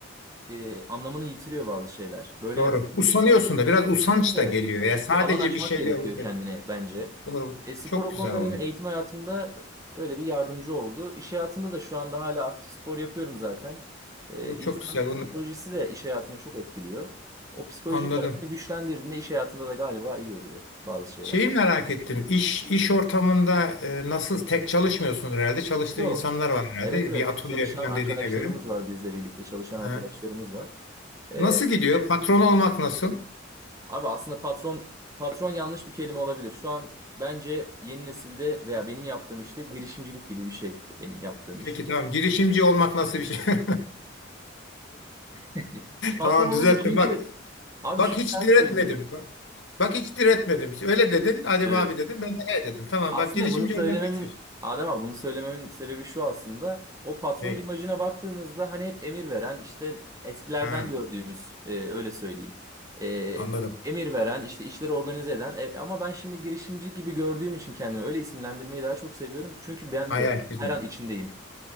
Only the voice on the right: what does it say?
e, anlamını yitiriyor bazı şeyler. Böyle
Kesinlikle
bir alan açmak
gerekiyor
kendine bence.
E, spor
o
konuda
benim eğitim hayatımda öyle bir yardımcı oldu. İş hayatında da şu anda hala aktif spor yapıyorum zaten. E,
insan
psikolojisi
de iş hayatını çok etkiliyor. O psikoloji
tarafını güçlendirdiğinde iş hayatında da galiba iyi oluyor bazı şeyler.
Yo,
evet evet
çalışan
arkadaşlarımız
var bizle birlikte çalışan arkadaşlarımız
var. E,
Abi aslında patron patron yanlış bir kelime olabilir. Şu an bence yeni nesilde veya benim yaptığım işte girişimcilik gibi bir şey benim yaptığım iş.
<laughs> Patron
olunca çünkü
abi
şu
yüzden
söylüyorum.
Evet.
Aslında
bunu söylememin
Adem abi bunu söylememin sebebi şu aslında. O patron
imajına baktığımızda hani hep emir veren işte eskilerden
gördüğümüz e, öyle söyleyeyim. E,
emir veren işte işleri organize eden E, ama ben şimdi girişimci gibi gördüğüm için kendimi öyle isimlendirmeyi daha çok seviyorum. Çünkü ben
de
her an içindeyim.